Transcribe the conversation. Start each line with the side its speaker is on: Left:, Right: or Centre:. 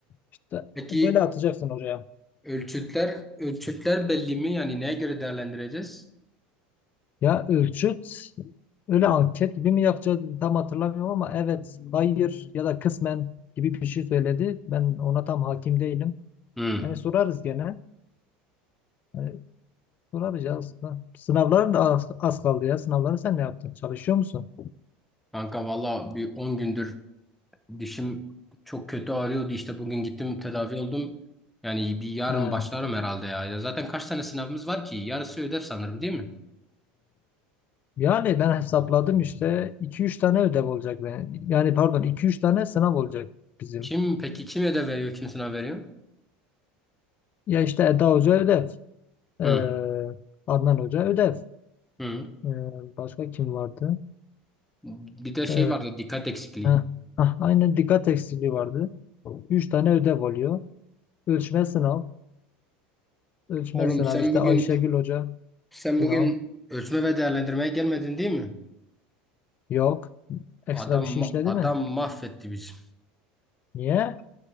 Left: işte
Centre: Peki
Left: böyle atacaksın oraya.
Centre: ölçütler ölçütler belli mi? Yani neye göre değerlendireceğiz?
Left: Ya ölçüt öyle anket gibi mi yapacağız tam hatırlamıyorum ama evet, hayır ya da kısmen gibi bir şey söyledi. Ben ona tam hakim değilim.
Centre: Hı.
Left: Hani sorarız gene. Hani sorarız ya aslında. Sınavlar da az, az kaldı ya. Sınavları sen ne yaptın? Çalışıyor musun?
Centre: Kanka valla bir on gündür dişim çok kötü ağrıyordu. İşte bugün gittim tedavi oldum. Yani bir yarın
Left: He.
Centre: başlarım herhalde ya. Ya zaten kaç tane sınavımız var ki? Yarısı ödev sanırım değil mi?
Left: Yani ben hesapladım işte iki üç tane ödev olacak. Ben. Yani pardon iki üç tane sınav olacak bizim.
Centre: Kim peki kim ödev veriyor? Kim sınav veriyor?
Left: Ya işte Eda Hoca ödev. Ee,
Centre: Hı
Left: Adnan Hoca ödev.
Centre: hı.
Left: Ee, başka kim vardı?
Centre: Bir de şey
Left: Ee,
Centre: vardı dikkat eksikliği.
Left: Heh, heh, aynen dikkat eksikliği vardı. Üç tane ödev oluyor. Ölçme sınav. Ölçme
Centre: Oğlum
Left: sınav
Centre: sen
Left: işte
Centre: bugün
Left: Ayşegül Hoca
Centre: sen
Left: sınav.
Centre: bugün ölçme ve değerlendirmeye gelmedin değil mi?
Left: Yok. Ekstra
Centre: Adam
Left: bir şey
Centre: ma-
Left: işledi mi?
Centre: adam mahvetti bizi.
Left: Niye?